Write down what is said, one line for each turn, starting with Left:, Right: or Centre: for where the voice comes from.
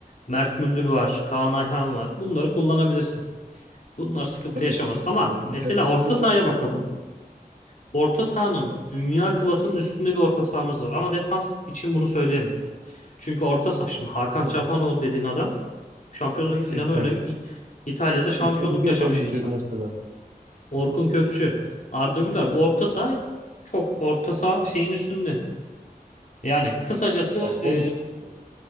Left: Mert Müldür var, Kaan Ayhan var. Bunları kullanabilirsin. Bunlar sıkıntı
Right: tabii
Left: yaşamaz.
Right: ki.
Left: Ama
Right: E,
Left: mesela
Right: defansta
Left: orta sahaya
Right: çok
Left: bakalım.
Right: sıkıntı
Left: Orta sahanın dünya klasının üstünde bir orta sahamız var. Ama defans için bunu söyleyemem. Çünkü orta saha şimdi Hakan
Right: tabii
Left: Çalhanoğlu
Right: ki.
Left: dediğin adam Şampiyonlar Ligi finali
Right: Inter.
Left: oynayıp İ- İtalya'da şampiyonluk
Right: İkinci kez
Left: yaşamış
Right: oynayacak
Left: insan.
Right: mesela.
Left: Orkun Kökçü, Arda Güler bu orta saha çok orta saha şeyin üstünde. Yani kısacası
Right: Basman
Left: e,
Right: üstüne.